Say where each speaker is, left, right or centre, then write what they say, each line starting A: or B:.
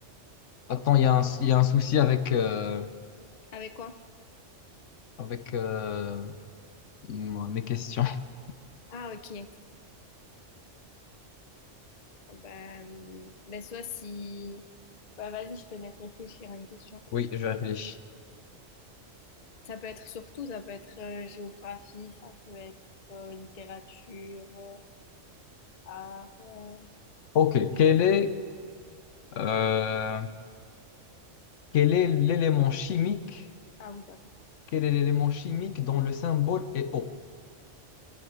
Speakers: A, on the left; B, on the left.
A: Attends,
B: Ouais.
A: il y a un, il y a un souci avec, euh,
B: Avec quoi?
A: avec euh, m- mes questions. <laughs>
B: Ah, ok. Ah Bah, euh, ben soit si... Bah, vas-y, je te laisse réfléchir à une question.
A: Oui, je réfléchis.
B: Ça peut être surtout, ça peut être euh, géographie, ça peut être euh, littérature, euh, art. euh,
A: Ok,
B: je sais-
A: quel est, euh, quel est l'élément chimique,
B: Ah oui, d'accord.
A: quel
B: Ouais.
A: est l'élément chimique dont le symbole est O?